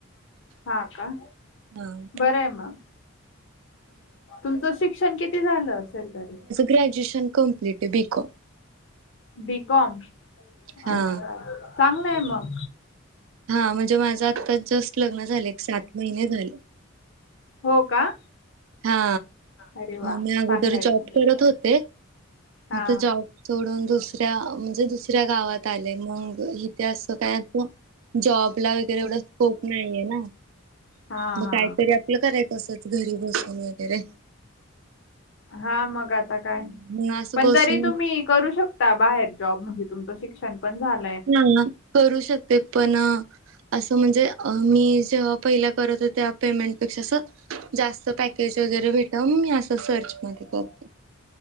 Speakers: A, on the left (about 60°); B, on the right (about 70°).
A: हा का?
B: म्हणून.
A: बरंय मग. तुमचं शिक्षण किती झालं असेल तरी?
B: ग्रॅजुएशन कंप्लीटये. बीकॉम.
A: B com.
B: हा
A: अच्छा. चांगलं आहे मग.
B: हा. म्हणजे माझं आत्ताच जस्ट लग्न झालं. एक सात महिने झाले.
A: हो का?
B: हा.
A: अरे वा
B: मग मी अगोदर
A: चांगलंय
B: जॉब
A: की
B: करत होते
A: हा.
B: मग तो जॉब सोडून दुसऱ्या म्हणजे दुसऱ्या गावात आलेय मग इथे असं काय जॉब ला वगैरे एवढा स्कोप नाही आहे ना.
A: हा
B: मग काहीतरी
A: हा.
B: आपलं करायच असच घरी बसून वगैरे.
A: हा मग आता काय
B: मी असं
A: पण
B: बसून
A: तरी तुम्ही करू शकता बाहेर जॉब म्हणजे तुमचं शिक्षण पण झालं
B: ह करू शकते पण असं म्हणजे मी जेव्हा पहिल्या करत हो त्या पेमेंट पेक्षा असं जास्त पॅकेज वगैरे भेटाव मी असं सर्च मध्ये करतो.